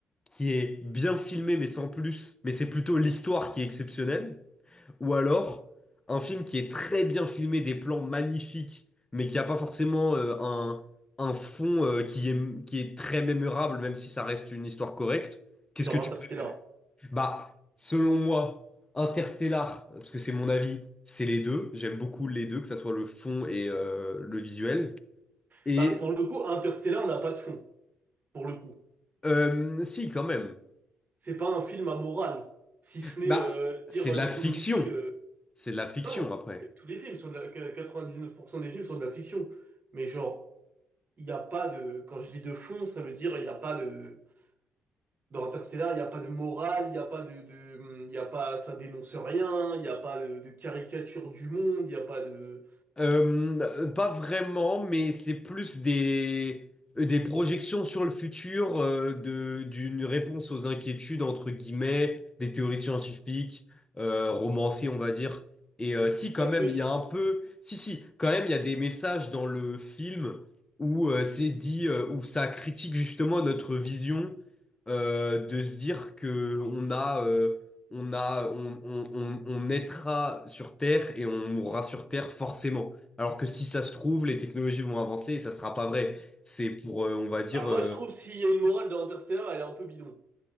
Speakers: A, on the left; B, on the right.
A: qui est bien filmé, mais sans plus, mais c'est plutôt l'histoire qui est exceptionnelle. Ou alors, un film qui est très bien filmé, des plans magnifiques, mais qui n'a pas forcément euh, un, un fond euh, qui est, qui est très mémorable, même si ça reste une histoire correcte. Qu'est-ce
B: Genre
A: que tu
B: Interstellar.
A: préfères? Bah, selon moi, Interstellar, parce que c'est mon avis, c'est les deux. J'aime beaucoup les deux, que ça soit le fond et euh, le visuel. Et
B: Bah, pour le coup, Interstellar n'a pas de fond, pour le coup.
A: euh, si, quand même.
B: C'est pas un film à morale, si ce n'est
A: Bah,
B: euh, dire
A: c'est de la
B: l'écologie.
A: fiction.
B: euh,
A: C'est de la fiction
B: Non,
A: après.
B: tous les films sont de la... que 99% des films sont de la fiction. Mais genre, il n'y a pas de... Quand je dis de fond, ça veut dire il n'y a pas de Dans Interstellar, il n'y a pas de morale, il n'y a pas de, de- il y a pas, ça dénonce rien, il n'y a pas de, de caricature du monde, il n'y a pas de,
A: Euh, pas vraiment, mais c'est plus des, des projections sur le futur, euh, de, d'une réponse aux inquiétudes, entre guillemets, des théories scientifiques, euh, romancées, on va dire. Et euh, si, quand
B: parce
A: même,
B: que,
A: il
B: tu-
A: y a un peu... Si, si, quand même, il y a des messages dans le film où euh, c'est dit, euh, où ça critique justement notre vision, euh, de se dire que on a... euh, on a, on, on, on, on naîtra sur Terre et on mourra sur Terre forcément. Alors que si ça se trouve, les technologies vont avancer et ça sera pas vrai. C'est pour, euh, on va dire,
B: ah, moi
A: euh,
B: je trouve s'il y a une morale dans Interstellar, elle est un peu bidon,